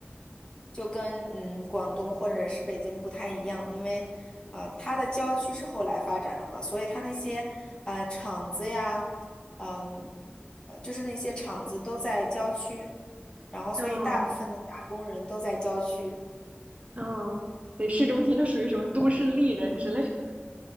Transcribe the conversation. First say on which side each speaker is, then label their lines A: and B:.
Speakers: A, on the left (about 20°); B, on the right (about 35°).
A: 就跟嗯广东或者是北京不太一样，因为啊呃它的郊区是后来发展了嘛，所以它那些呃厂子呀，嗯，呃就是那些厂子都在郊区，然后所以大部分的打工人都在郊区。
B: 哦哦，所以市中心就属于什么都市丽人之类的。